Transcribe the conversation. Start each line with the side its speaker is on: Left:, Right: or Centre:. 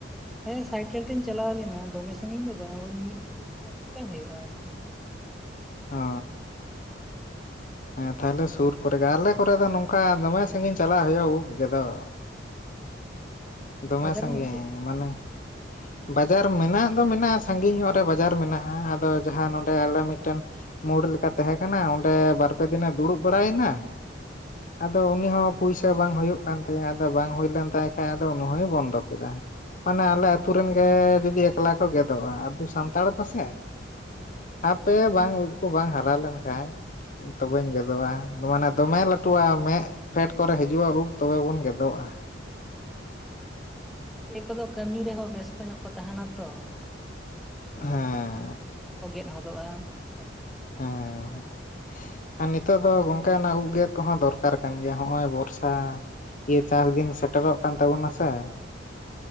Centre: ᱦᱮᱸ ᱥᱟᱭᱠᱮᱞ ᱛᱮᱤᱧ ᱪᱟᱞᱟᱣ ᱞᱮᱱᱟ ᱫᱚᱢᱮ ᱥᱟᱺᱜᱤᱧ ᱫᱚ ᱵᱟᱝ ᱳᱭ ᱢᱤᱫ ᱠᱤᱞᱳᱢᱤᱴᱟᱨ ᱞᱮᱠᱟ ᱦᱩᱭᱩᱜᱼᱟ ᱟᱨᱠᱤ
Left: ᱚ ᱦᱮᱸ ᱛᱟᱦᱚᱞᱮ ᱥᱩᱨ ᱠᱚᱨᱮ ᱜᱮ ᱟᱞᱮ ᱠᱚᱨᱮ ᱫᱚ ᱱᱚᱝᱠᱟ ᱫᱚᱢᱮ ᱥᱟᱺᱜᱤᱧ ᱪᱟᱞᱟᱜ ᱦᱩᱭᱩᱜᱼᱟ ᱩᱵ ᱜᱮᱫᱚᱜ
Centre: ᱚ ᱥᱩᱨ ᱠᱚᱨᱮ
Left: ᱫᱚᱢᱮ
Centre: ᱫᱚ ᱵᱟᱡᱟᱨ
Left: ᱥᱟᱺᱜᱤᱧ
Centre: ᱵᱟᱹᱱᱩᱜ ᱛᱮ
Left: ᱢᱟᱱᱮ ᱵᱟᱡᱟᱨ ᱢᱮᱱᱟᱜ ᱫᱚ ᱢᱮᱱᱟᱜᱼᱟ ᱥᱟᱺᱜᱤᱧ ᱧᱚᱜ ᱨᱮ ᱵᱟᱡᱟᱨ ᱢᱮᱱᱟᱜᱼᱟ ᱟᱫᱚ ᱡᱟᱦᱟᱸ ᱱᱚᱰᱮ ᱟᱞᱮ ᱢᱤᱫᱴᱮᱱ ᱢᱳᱲ ᱞᱮᱠᱟ ᱛᱟᱦᱮᱸ ᱠᱟᱱᱟ ᱚᱸᱰᱮ ᱵᱟᱨᱯᱮ ᱫᱤᱱᱮ ᱫᱩᱲᱩᱵ ᱵᱟᱲᱟᱭᱮᱱᱟ᱾
Centre: ᱦᱮᱸ
Left: ᱟᱫᱚ ᱩᱱᱤ ᱦᱚᱸ ᱯᱩᱭᱥᱟᱹ ᱵᱟᱝ ᱦᱩᱭᱩᱜ ᱠᱟᱱ ᱛᱟᱭᱟ ᱟᱫᱚ ᱵᱟᱝ ᱦᱩᱭ ᱞᱮᱱ ᱛᱟᱭ ᱠᱷᱟ ᱟᱫᱚ ᱩᱱᱤ ᱦᱚᱭ ᱵᱚᱱᱫᱚ ᱠᱮᱫᱟ᱾ ᱢᱟᱱᱮ ᱟᱞᱮ ᱟᱛᱩ ᱨᱮᱱ ᱜᱮ ᱡᱩᱫᱤ ᱮᱠᱞᱟ ᱠᱚ ᱜᱮᱫᱚᱜᱼᱟ ᱟᱵᱚ ᱥᱟᱱᱛᱟᱲ ᱫᱚ ᱥᱮ
Centre: ᱦᱮᱸ
Left: ᱦᱟᱯᱮ ᱵᱟᱝ ᱩᱵ ᱠᱚ ᱵᱟᱝ ᱦᱟᱨᱟ ᱞᱮᱱᱠᱷᱟᱡ ᱛᱚᱵᱟᱹᱧ ᱜᱚᱫᱚᱜᱼᱟ ᱢᱟᱱᱮ ᱫᱚᱢᱮ ᱞᱟᱹᱴᱩᱜᱼᱟ ᱢᱮᱫ ᱯᱷᱮᱰ ᱠᱚᱨᱮ ᱦᱤᱡᱩᱜ ᱟᱹᱜᱩ ᱛᱚᱵᱮ ᱵᱚᱱ ᱜᱮᱫᱚᱜᱼᱟ᱾
Centre: ᱟᱫᱚ ᱠᱚ ᱫᱚ <unintelligible> ᱠᱟᱹᱢᱤ ᱨᱮᱦᱚᱸ ᱵᱮᱥᱛᱚ ᱧᱚᱜ ᱠᱚ ᱛᱟᱦᱮᱱᱟ ᱛᱚ᱾
Left: ᱦᱮᱸ
Centre: ᱟᱫᱚ ᱵᱟᱝᱠᱚ ᱜᱮᱫ ᱦᱚᱫᱚᱜᱼᱟ ᱚᱠᱛᱚ ᱠᱚ ᱵᱟᱠᱚ
Left: ᱦᱮᱸ
Centre: ᱧᱟᱢᱟ ᱚᱱᱠᱟ
Left: ᱟᱨ ᱱᱤᱛᱚᱜ ᱫᱚ ᱜᱝᱠᱟᱱᱟᱜ ᱩᱵᱜᱮᱫ ᱠᱚᱦᱚᱸ ᱫᱚᱨᱠᱟᱨ ᱠᱟᱱ ᱜᱮᱭᱟ ᱱᱚᱜᱼᱚᱭ ᱵᱚᱨᱥᱟ ᱤᱭᱟᱹ ᱪᱟᱥ ᱫᱤᱱ ᱥᱮᱴᱮᱨᱚᱜ ᱠᱟᱱ ᱛᱟᱵᱚᱱᱟ ᱥᱮ᱾